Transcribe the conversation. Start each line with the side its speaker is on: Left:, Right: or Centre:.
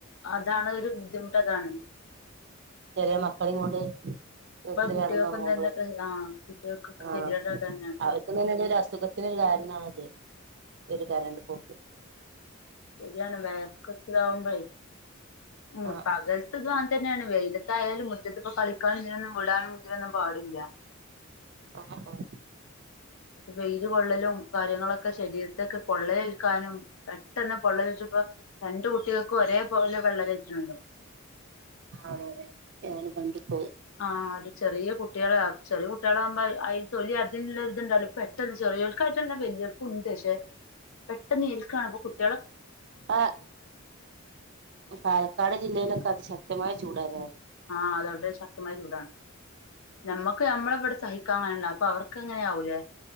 Left: അതാണ് ഒരു ബുദ്ധിമുട്ടതാണ്.
Right: ചെറിയ മക്കളെയും കൊണ്ട് വീട്ടില്
Left: കുട്ടികൾക്കും
Right: കെടന്നൊറങ്ങുമ്പോളെ
Left: തന്നെ ക- ആ കുട്ടികൾക്കൊക്കെ
Right: ആ
Left: ഗതികേട് അത് തന്നെയാണ്
Right: അവർക്ക് തന്നെന്തോ ഒരു അസുഖത്തിനൊരു കാരണണത് ഒരു കരണ്ടുപോ
Left: ശെര്യാണ് വെയർക്ക് ഇതാവ്മ്പഴേ ഉം
Right: ആഹ്
Left: പകൽത്ത് <unintelligible> തന്നെയാണ് വെയിലത്തായാലും മു റ്റത്തിപ്പോ കളി ക്കാൻ നൊന്നും വിടാനും ഇതിനൊന്നും പാടില്ല.
Right: ആഹ് ആഹ്
Left: വെയ്‌ല് കൊള്ളലും കാര്യങ്ങളൊക്കെ ശരീര ഇതൊക്കെ പൊള്ളലേൽക്കാനും പെട്ടെന്ന് പൊള്ളലേറ്റപ്പോ രണ്ട് കുട്ടിക ക്ക് ഒരേ പോലെ പൊള്ളലേറ്റിട്ടുണ്ട്.
Right: അതെ അതെ ഞാനും കണ്ടിപ്പോയി
Left: ആഹ് അതേ ചെറിയ കുട്ടികള ചെറിയ കുട്ടികളാകുമ്പോ അ തൊലി അതി ഇത്ണ്ടല്ലോ പെട്ടെന്ന് ചെറിയോൾക്കായിട്ടല്ല വലിയോൾക്കും ഉണ്ട്. പക്ഷെ പെട്ടെന്ന് ഏൽക്കാണേ അപ്പൊ കൂട്
Right: ആ പാലക്കാട് ജില്ലയിലൊക്കെ അതി ശക് തമായ ചൂടാലേ?
Left: ആ അതവിടെ ശക്തമായ ചൂടാണ്. ഞമ്മക്ക് ഞമ്മടെവിടെ സഹിക്കാൻ കയ്യിണില്ല അപ്പൊ അവർക് ക്കങ്ങനെ ആവും ല്ലേ?